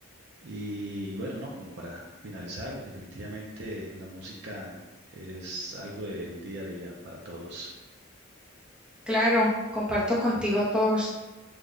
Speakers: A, on the right; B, in the centre.
A: Y, bueno, no, como para finalizar, definitivamente la música es algo del día a día para todos.
B: Claro, comparto contigo todas